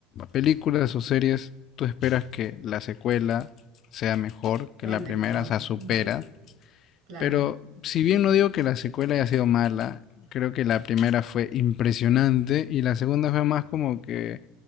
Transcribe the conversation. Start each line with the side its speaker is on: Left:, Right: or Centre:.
Left: películas o series, tú esperas que la secuela sea mejor que
Right: Sea
Left: la
Right: mejor.
Left: primera, o sea, supera
Right: Ujú, Claro.
Left: pero si bien no digo que la secuela haya sido mala, creo que la primera fue impresionante y la segunda fue más como que,